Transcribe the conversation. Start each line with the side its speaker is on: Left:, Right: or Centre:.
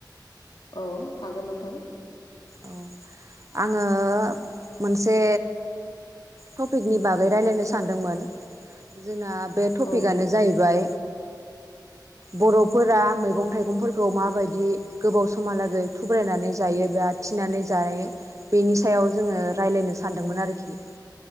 Left: औ हागोन नोंथां
Right: औ आङो मोनसे टपिकनि बागै रायलायनो सानदोंमोन जोंना बे टपिकआनो
Left: औ
Right: जाहैबाय बर'फोरा मैगं थाइगंफोरखौ माबायदि गोबाव समहालागै थुब्रायनानै जायोब थिनानै जानाय बेनि सायाव जोङो रायज्लायनो सानदोंमोन आरोखि